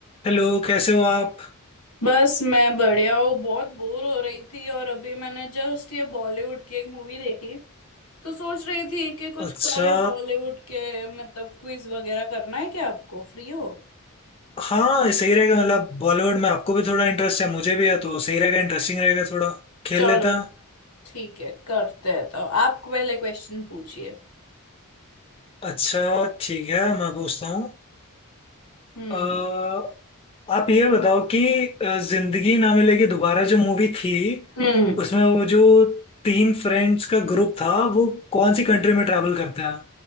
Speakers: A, on the left; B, on the left.
A: हेलो कैसे हो आप
B: बस मैं बढ़िया हूँ बहुत बोर हो रही थी और अभी मैंने जस्ट ये बॉलीवुड की एक मूवी देखी तो सोच रही थी कि कुछ
A: अच्छा
B: करें बॉलीवुड के मतलब क्विज वगैरह करना है क्या आपको फ्री हो
A: हाँ सही रहेगा मतलब बॉलीवुड में आपको भी थोड़ा इंटरेस्ट है मुझे भी है तो सही रहेगा इंटरेस्टिंग रहेगा थोड़ा खेल
B: चलो
A: लेते हैं
B: ठीक है करते हैं तो आप पहले क्वेश्चन पूछिए
A: अच्छा ठीक है मैं पूछता हूँ
B: हम्म
A: अ, आप ये बताओ कि अ, जिंदगी ना मिलेगी दोबारा जो मूवी थी
B: हम्म
A: उसमें वो जो तीन फ्रेंड्स का ग्रुप था वो कौन सी कंट्री में ट्रैवल करता है